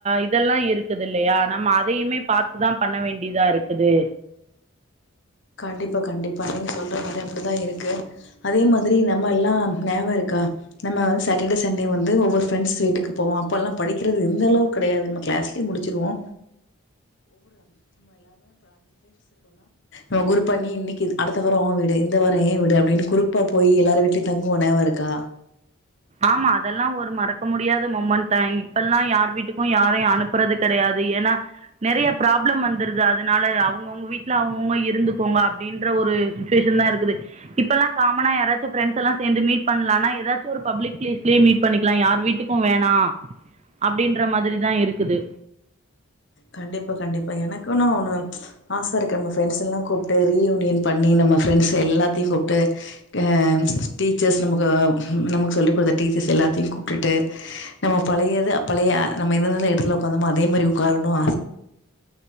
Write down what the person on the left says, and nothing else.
கண்டிப்பா கண்டிப்பா நீங்க சொல்ற மாரி அப்டிதா இருக்கு அதே மாதிரி நம்ம எல்லா ஞாபக இருக் கா நம்ம வந்து சாட்டர்டே சண்டே வந்து ஒவ்வொரு ஃபிரண்ட்ஸ் வீட்டுக்கு போவோ அப்பெல்லா படிக்கிறது இந்தளவு கெடையாது கிளாஸ்லே முடிச்சிருவோ ம் குரூப்பா நீ இன்னைக்கு இது அடுத்த வாரோ ஓ வீடு இந்த வாரோ ஏ வீடு அப்டின்னு குரூப்பா போய் எல்லார் வீட்லயு தங்குவோ ஞாபகோ இருக்கா தா
கண்டிப்பா கண்டிப்பா எனக்குன்னு ஒண்ணு ஆச இருக்கு நம்ம ஃப்ரெண்ட்ஸ் எல்லாம் கூப்பிட்டு ரீயூனியன் பண்ணி நம்ம ஃப்ரெண்ட்ஸ் எல்லாத்தையும் கூப்பிட்டு அ டீச்சர்ஸ் நமகு நமக்கு சொல்லிக் கொடுத்த டீச்சர்ஸ் எல்லாத்தையும் கூப்பிட்டுட்டு நம்ம பழைய து பழைய நம்ம எந்த எந்த எந்த இடத்துல உட்காந்தமோ அதே மாரி உக்காரனும் ஆ